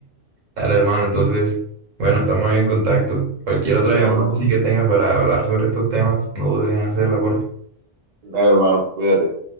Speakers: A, on the right; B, on the right.
A: Dale, hermano, entonces, bueno, estamos en contacto. Cualquier otra
B: Dale,
A: llamada
B: hermano.
A: así que tengas para hablar sobre estos temas, no dudes en hacerla, por
B: Dale, hermano. Cuídate.